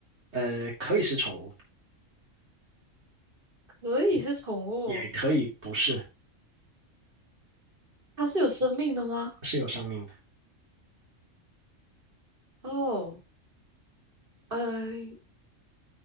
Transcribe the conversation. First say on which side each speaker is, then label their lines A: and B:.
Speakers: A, on the right; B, on the right.
A: 呃，可以是宠物，
B: 可以是宠物哦
A: 也可以不是，
B: 它是有生命的吗？
A: 是有生命的。
B: 哦，呃，